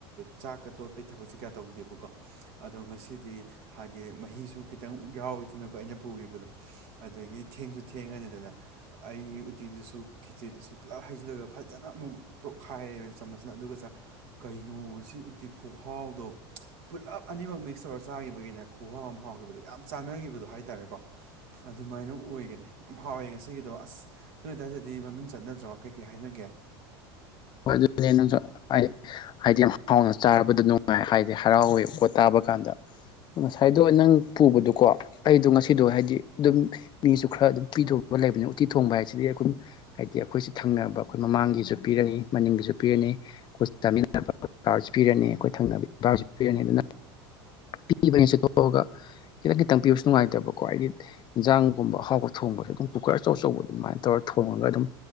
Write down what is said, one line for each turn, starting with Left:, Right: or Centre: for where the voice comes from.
Right: ꯆꯥꯛꯀ ꯇꯣꯠꯄꯒꯤ ꯊꯕꯛꯁꯦ ꯀꯌꯥ ꯇꯧꯗꯦꯕꯀꯣ ꯑꯗꯣ ꯉꯁꯤꯗꯤ ꯍꯥꯏꯗꯤ ꯃꯍꯤꯁꯨ ꯈꯤꯇꯪ ꯌꯥꯎꯋꯏꯗꯅꯀꯣ ꯑꯩꯅ ꯄꯨꯈꯤꯕꯗꯣ꯫ ꯑꯗꯨꯗꯒꯤ ꯊꯦꯡꯁꯨ ꯊꯦꯡꯉꯅꯤꯗꯅ꯫ ꯑꯩ ꯎꯇꯤꯗꯨꯁꯨ ꯈꯦꯠꯆꯤꯗꯨꯁꯨ ꯄꯨꯂꯞ ꯍꯩꯖꯤꯜꯂꯒ ꯐꯖꯅ ꯑꯃꯨꯛ ꯇꯣꯛꯈꯥꯏꯔꯦ ꯆꯥꯃꯁꯅ ꯑꯗꯨꯒ ꯆꯥ ꯀꯩꯅꯣ ꯁꯤ ꯎꯇꯤ ꯈꯨꯍꯥꯎꯗꯣ ꯄꯨꯜꯂꯞ ꯑꯅꯤꯃꯛ ꯃꯤꯛꯁ ꯇꯧꯔ ꯆꯥꯈꯤꯕꯒꯤꯅꯦ ꯈꯨꯍꯥꯎ ꯑꯃ ꯐꯥꯎꯈꯤꯕꯗꯣ ꯌꯥꯝ ꯆꯥꯟꯅꯈꯤꯕꯗꯣ ꯍꯥꯏꯇꯥꯔꯦꯀꯣ꯫ ꯑꯗꯨꯃꯥꯏꯅ ꯑꯣꯏꯈꯔꯦ ꯌꯥꯝ ꯍꯥꯎꯋꯦ ꯉꯁꯤꯒꯤꯗꯣ ꯑꯁ꯫ ꯅꯣꯏ ꯑꯗꯨ꯭ꯋꯥꯏꯗꯗꯤ ꯃꯃꯤꯡ ꯆꯠꯅꯗ꯭ꯔꯣ ꯀꯩ ꯀꯩ ꯍꯥꯏꯅꯒꯦ?
Left: ꯍꯣꯏ ꯑꯗꯨꯅꯦ ꯅꯪꯁꯨ ꯍꯣꯏ, ꯍꯥꯏꯗꯤ ꯌꯥꯝ ꯍꯥꯎꯅ ꯆꯥꯔꯕꯗ ꯅꯨꯡꯉꯥꯏ ꯍꯥꯏꯗꯤ ꯍꯔꯥꯎꯋꯦ ꯄꯣꯠ ꯇꯥꯕ ꯀꯥꯟꯗ꯫ ꯉꯁꯥꯏꯗꯣ ꯅꯪ ꯄꯨꯕꯗꯣꯀꯣ ꯑꯩꯗꯣ ꯉꯁꯤꯗꯣ ꯍꯥꯏꯗꯤ ꯑꯗꯨꯝ ꯃꯤꯁꯨ ꯈꯔ ꯑꯗꯨꯝ ꯄꯤꯊꯣꯡꯕ ꯂꯩꯕꯅꯤ ꯎꯇꯤ ꯊꯣꯡꯕ ꯍꯥꯏꯁꯤꯗꯤ ꯑꯩꯈꯣꯏ ꯍꯥꯏꯗꯤ ꯑꯩꯈꯣꯏꯁꯤ ꯊꯪꯅꯕ ꯑꯩꯈꯣꯏ ꯃꯃꯥꯡꯒꯤꯁꯨ ꯄꯤꯔꯅꯤ꯫ ꯃꯅꯤꯡꯒꯤꯁꯨ ꯄꯤꯔꯅꯤ ꯑꯩꯈꯣꯏ ꯆꯥꯃꯤꯟꯅꯅꯕ ꯄꯤꯔꯅꯤ ꯑꯩꯈꯣꯏ ꯊꯪꯅꯅꯕꯁꯨ ꯄꯤꯔꯅꯤ ꯑꯗꯨꯅ-' ꯄꯤꯕꯅꯦ ꯆꯠꯇꯣꯛꯑꯒ ꯈꯤꯇꯪ ꯈꯤꯇꯪ ꯄꯤꯕꯁꯨ ꯅꯨꯡꯉꯥꯏꯇꯕꯀꯣ ꯍꯥꯏꯗꯤ-' ꯏꯟꯖꯥꯡꯒꯨꯝꯕ ꯑꯍꯥꯎꯕ ꯊꯣꯡꯕꯁꯦ ꯑꯗꯨꯝ ꯀꯨꯀꯔ ꯑꯆꯧ ꯑꯆꯧꯕ ꯑꯗꯨꯃꯥꯏꯅ ꯇꯧꯔ ꯊꯣꯡꯉꯒ ꯑꯗꯨꯝ